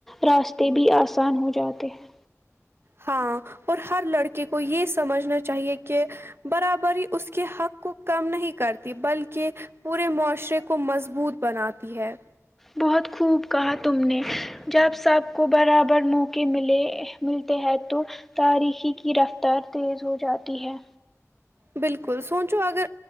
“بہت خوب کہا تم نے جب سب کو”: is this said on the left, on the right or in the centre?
Centre